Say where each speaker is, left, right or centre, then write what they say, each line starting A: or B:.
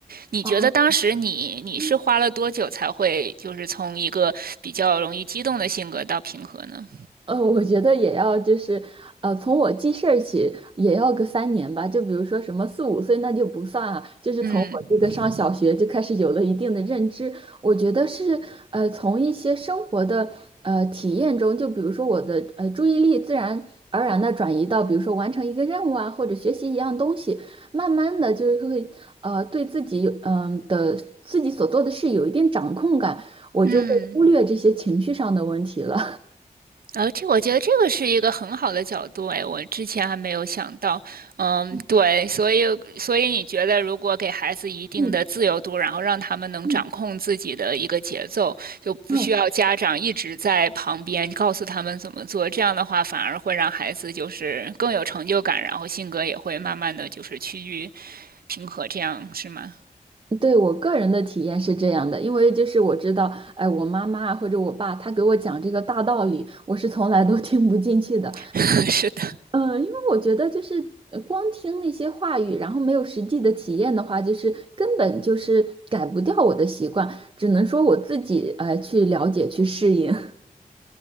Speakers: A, on the right (about 85°); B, on the right (about 35°).
A: 你觉得当时你你是花了多久才会就是从一个比较容易激动的性格到平和呢？
B: 啊嗯。呃，我觉得也要就是，呃，从我记事儿起也要个三年吧。就比如说什么四五岁那就不算啊，就是从我这个上小学就开始有了一定的认知。
A: 嗯
B: 我觉得是，呃，从一些生活的呃体验中，就比如说我的呃注意力自然而然的转移到，比如说完成一个任务啊，或者学习一样东西，慢慢的就是会呃对自己有嗯、的自己所做的事有一定掌控感，我就会忽略这些情绪上的问题了。
A: 嗯。而且我觉得这个是一个很好的角度，哎，我之前还没有想到。嗯，
B: <laughs>
A: 对，所以所以你觉得，如果给孩子一定的自由度，
B: 嗯。
A: 然后让他们能掌控自己的一个节奏，
B: 嗯，
A: 就不需要家长一直在旁边告诉他们怎么做，
B: 哦，
A: 这样的话反而会让孩子就是更有成就感，然后性格也会慢慢的就是趋于平和，这样是吗？
B: 对，我个人的体验是这样的，因为就是我知道，哎，我妈妈啊或者我爸，他给我讲这个大道理，我是从来都 <laughs> 听不进去的。
A: <laughs> 是的，
B: 嗯，因为我觉得就是呃光听那些话语，然后没有实际的体验的话，就是根本就是改不掉我的习惯，只能说我自己呃去了解去适应。<laughs>